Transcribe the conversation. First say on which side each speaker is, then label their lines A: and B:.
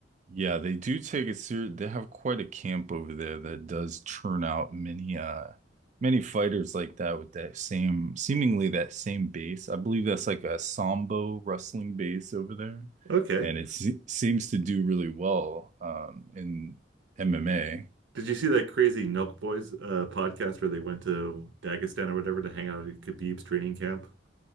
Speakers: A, on the right; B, on the right.
A: Yeah, they do take it serious. They have quite a camp over there that does churn out many uh many fighters like that with that same seemingly that same base. I believe that's like a Sambo wrestling base over there,
B: Okay.
A: and it se seems to do really well um in MMA.
B: Did you see that crazy Nelk Boys uh, podcast where they went to Dagestan or whatever to hang out at Khabib's training camp?